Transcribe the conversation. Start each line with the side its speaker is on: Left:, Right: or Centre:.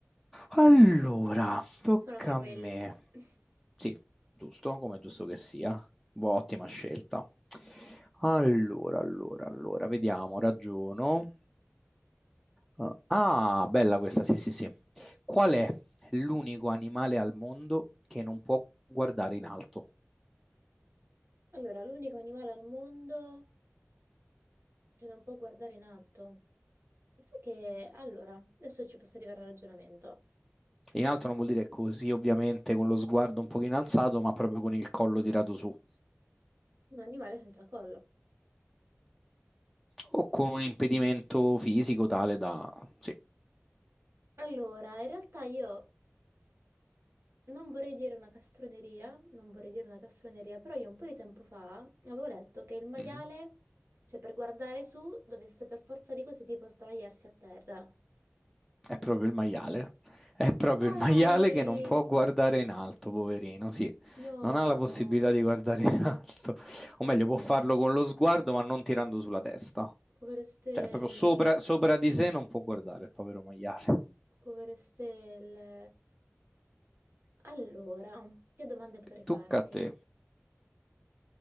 Centre: Allora, tocca
Right: Sono tra quelli.
Centre: a me.
Right: <laughs>
Centre: Sì, giusto, come è giusto che sia. Boh, ottima scelta. Allora, allora, allora, vediamo, ragiono. Uh, ah, bella questa, sì, sì, sì. Qual è l'unico animale al mondo che non può guardare in alto?
Right: Allora, l'unico animale al mondo che non può guardare in alto. Sai che, allora, adesso ci posso arrivare al ragionamento.
Centre: In alto non vuol dire così, ovviamente, con lo sguardo un pochino alzato, ma proprio con il collo tirato su.
Right: Un animale senza collo.
Centre: o con un impedimento fisico tale da... Sì,
Right: Allora, in realtà io non vorrei dire una castroneria, non vorrei dire una castroneria, però io un po' di tempo fa avevo letto che il maiale,
Centre: Mhm.
Right: cioè per guardare su, dovesse per forza di cose tipo sdraiarsi a terra.
Centre: è proprio il maiale. È proprio
Right: Dai!
Centre: il maiale che non può guardare in alto, poverino, sì.
Right: No!
Centre: Non ha la possibilità di guardare in alto. O meglio, può farlo con lo sguardo, ma non tirando sulla testa.
Right: Povere stelle,
Centre: Cioè, proprio sopra, sopra di sé non può guardare il povero maiale.
Right: povere stelle. Allora, che domande potrei farti?
Centre: Tocca a te.